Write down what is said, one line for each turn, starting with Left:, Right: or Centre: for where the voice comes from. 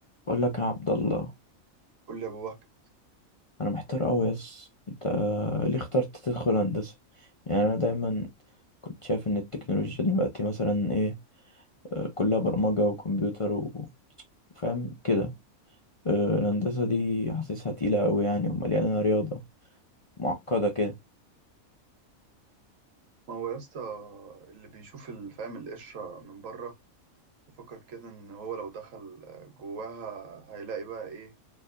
Left: بقول لك يا عبد الله
Right: قول لي يا ابو بكر
Left: انا محتار قوي يس انت ليه اخترت تدخل هندسه يعني انا دايما كنت شايف ان التكنولوجيا دلوقتي مثلا ايه آه، كلها برمجه وكمبيوتر و- وفاهم كده آه، الهندسه دي حاسسها تقيله قوي يعني ومليانه رياضه معقده كده
Right: ما هو يا اسطى اللي بيشوف الفهم القشره من بره بيفكر كده ان هو لو دخل جواها هيلاقي بقى ايه